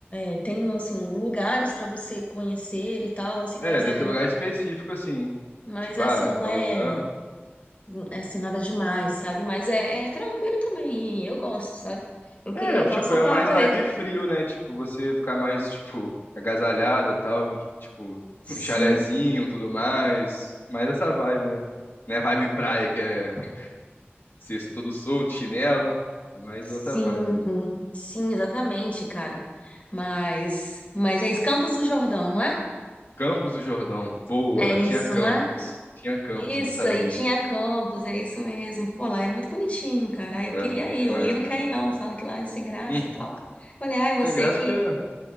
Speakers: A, on the left; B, on the left.
A: é, tem assim lugares pra você conhecer e tal, assim. Mas
B: É, deve
A: é,
B: ter lugar específico, assim.
A: mas
B: Tipo,
A: é
B: ah,
A: assim não
B: tal
A: é,
B: lugar.
A: é assim nada demais, sabe? Mas é, é tranquilo também. Eu gosto, sabe? Eu queria
B: É,
A: ir
B: tipo,
A: lá só
B: é
A: pra,
B: mais
A: pra
B: vibe
A: ver que
B: frio, né? Tipo, você ficar mais, tipo, agasalhada, tal, tipo,
A: sim,
B: <laughs> um chalezinho, tudo mais. Mais essa vibe, né? Não é vibe praia, que é ser todo solto, chinelo. É mais
A: sim,
B: outra vibe mesmo.
A: sim, exatamente, cara. Mas, mas é isso, Campos do Jordão, não é?
B: Campos do Jordão, boa.
A: É isso,
B: Tinha Campos.
A: não é?
B: Tinha Campos,
A: Isso,
B: a gente sabia.
A: aí tinha campus, é isso mesmo. Pô, lá é muito bonitinho, cara. Aí eu
B: Era
A: queria
B: bonito
A: ir,
B: demais
A: o Lino
B: mesmo.
A: quer ir não, fala que lá é sem graça
B: Hum,
A: e tal. Falei, ai, você
B: tem graça
A: que,
B: porque...